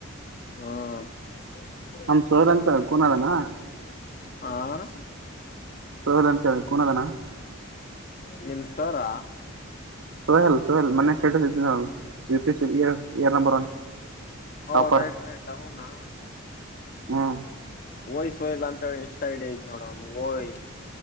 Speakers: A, on the left (about 40°); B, on the right (about 70°).
A: ಹುಂ <inaudible>
B: ನಮ್ ಸೋಲ್ ಅಂತ ಕೂನದನ
A: ಆಹ್
B: ಸೋಲ್ ಅಂತ ಕುಣದನ
A: ನಿಮ್ದೇ ನಿಮ್ ಸರ್ರಾ
B: ಸೋಯೆಲ್ ಸೋಯೇಲ್ <unintelligible> ಇಯರ್ ಇಯರ್ ನಂಬರ್ ಒನ್
A: ಓ
B: ಟಾಪರ್
A: ರೈಟ್ ರೈಟ್ ಅವ್ನಾ
B: ಹ್ಮ್
A: ವೈಸ್ ವೈಲ್ ಅಂತೇಳಿ ಇನ್ಸ್ಟ ಐಡಿ ಐತ್ ನೋಡ್ ಅವ್ನ್ದು ಓಯ್